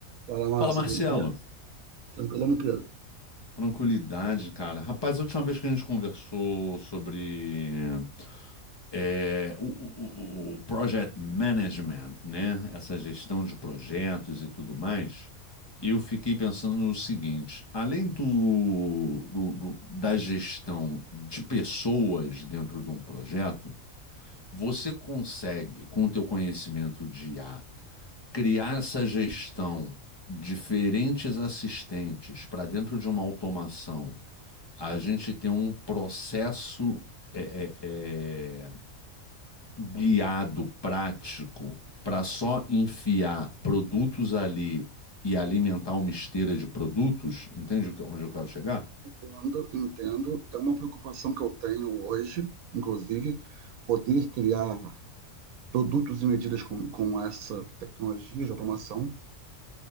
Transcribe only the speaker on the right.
Fala, Márcio,
bom dia. Tranquilo, meu querido?
Entendo, entendo. É uma preocupação que eu tenho hoje, inclusive, poder criar produtos e medidas com, com essa tecnologia de automação.